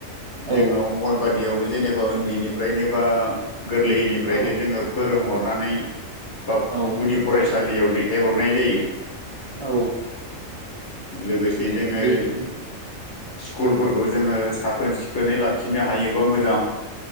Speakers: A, on the left; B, on the right.
A: जोङो
B: औ
A: अंगनबादियावबो जेनेबा उन्दैनिफ्रायनो बा गोरलैनिफ्रायनो
B: औ
A: जोङो फोर रोंहरनानै बा
B: औ
A: गुदि फरायसालियाव दैथायहरनाय जायो
B: औ
A: लोगोसे जोङो
B: बेखिनियानो
A: स्कुलफोरखौ जोङो साखोन सिखोनै लाखिनो हायोबा मोजां